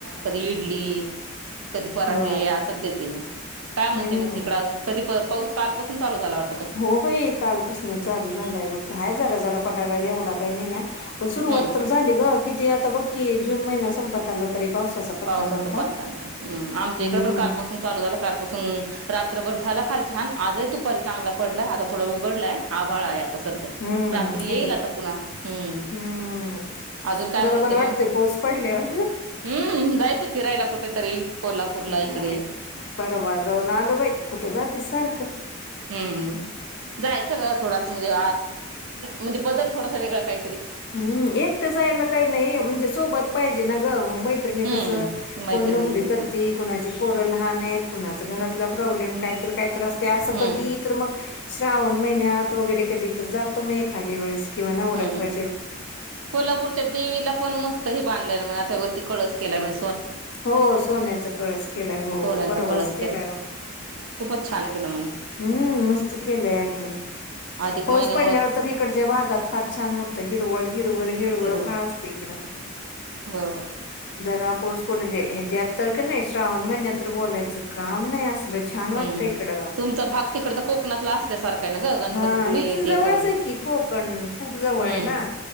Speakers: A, on the right; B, on the left.
A: कधी इडली. कधी पराठे
B: होय
A: असंच देते मी काय म्हणते
B: हम्म
A: मग तिकड अजून कधी पाऊस कालपासून चालू झाला वाटत.
B: हो बाई कालपासून चालू झालंय बघ हाय जरा जरा पडायला लागला एवढा काही नाही या. पण सुरुवात
A: हम्म
B: तर झाली ग किती आता बघकी जून महिन्या संपत आला तरी. पावसाचा पत्ता
A: पावसाचा
B: नव्हता
A: पत्ता नाही आमच्या
B: हम्म
A: इकडे पण कालपासून चालू झालं कालपासून रात्रभर झाला खालच्या. छान आजही दुपारी चांगला पडलाय आता थोडा उघडलाय आभाळा आहे आता. सध्या
B: हम्म
A: रात्री येईल
B: इकडं
A: आता
B: पण
A: पुन्हा हम्म.
B: हम्म
A: अजून काय
B: जरा
A: म्हणते
B: बरं वाटतंय
A: मग
B: पाऊस पडल्यावर
A: हम्म जायचं फिरायला कुठेतरी. कोल्हापूरला
B: नाही
A: इकडे
B: परवा जाऊन आलो बाई कुठे जातीस सारखं
A: हम्म हम् जायचं का थोडासा म्हणजे म्हणजे बदल थोडासा वेगळां काहीतरी.
B: हम्म एकटं जायला काही नाही म्हणजे सोबत पाहिजे ना ग मग मैत्रिणी
A: हम्म
B: कस
A: मैत्रिणी
B: कोण नोकरी
A: मैत्रिण
B: करती कोणाचे पोरं लहान आहेत. कुणाच घरातला प्रॉब्लेम काय तर कायतर असते असं
A: हम्म
B: कधी तर मग श्रावण महिन्यात वगैरे कधी तर जातो मग एखाद्या वेळेस किंवा नवरात्र.
A: हम्म कोल्हापूरच्या देवीला पण मस्त हे बांधलं म्हण आ वरती कळस केला म्हण.
B: हो सोन्याचा कळस केलाय हो
A: सोन्याचा
B: हो परवाच
A: कळस
B: केलाय वाटत,
A: खूपच छान केलं म्हणे
B: हम्म मस्त केलंय अगदी
A: अधिक
B: पाऊस
A: महिन्यामुळ
B: पडल्यावर तर. इकडच्या भागात फार छान होतं हिरवळ हिरवळ हिरवळ
A: हिरव
B: फार असते इकडं.
A: <unintelligible>
B: जरा पाउस पडू दे ह्याच्या्यात तर क नाही श्रावण महिन्यात तर बोलायचं काम नाही असलं, छान वाटतं
A: हम्म
B: इकडं
A: तुमचा भाग तिकडचा कोकणातला असल्यासारखा आहे ना ग गणपतीपुळे
B: हा इथून जवळच
A: ते पण
B: आहे की. कोकण खूप जवळ
A: हम्म
B: आहे ना.